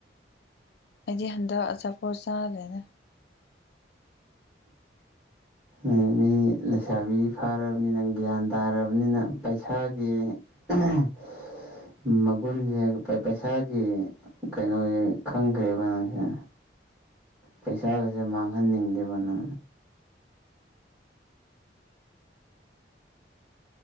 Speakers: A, on the left; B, in the centre.
A: ꯑꯩꯗꯤ ꯍꯟꯗꯛ ꯑꯆꯥꯄ ꯆꯥꯔꯦꯅꯦ
B: ꯎ ꯃꯤ ꯂꯩꯁꯥꯕꯤ ꯐꯥꯔꯕꯅꯤꯅꯪ ꯒ꯭ꯌꯥꯟ ꯇꯥꯔꯕꯅꯤꯅ ꯄꯩꯁꯥꯒꯤ ꯎꯝ ꯃꯒꯨꯟꯁꯦ ꯄꯩꯁꯥꯒꯤ ꯀꯩꯅꯣꯁꯦ ꯈꯪꯈ꯭ꯔꯦꯕ ꯅꯪꯁꯦ ꯄꯩꯁꯥꯒꯁꯦ ꯃꯥꯡꯍꯟꯅꯤꯡꯗꯕꯅ